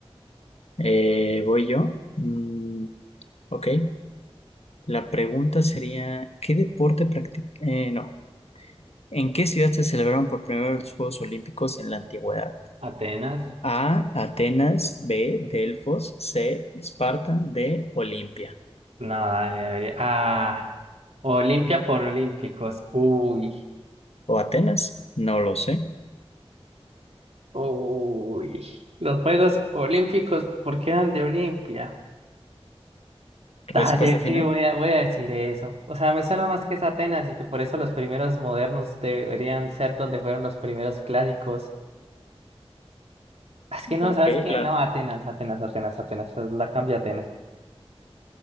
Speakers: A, on the left; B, on the right.
A: Eh, ¿voy yo? Mm, ok. La pregunta sería, ¿qué deporte practica? no. ¿En qué ciudad se celebraron por primera vez los Juegos Olímpicos en la antigüedad?
B: Atenas.
A: A, Atenas, B, Delfos, C, Esparta, D, Olimpia.
B: No, dale, dale. Ah, Olimpia por Olímpicos. Uy,
A: ¿O Atenas? No lo sé.
B: uy. Los Juegos Olímpicos, ¿por qué eran de Olimpia? Dale,
A: Respuesta final.
B: sí, voy a, voy a decir eso. O sea, me suena más que es Atenas y que por eso los primeros modernos deberían ser donde fueron los primeros clásicos. Es que no,
A: Ok,
B: ¿sabes qué?
A: la,
B: No, Atenas, Atenas, Atenas, Atenas. La cambio a Atenas.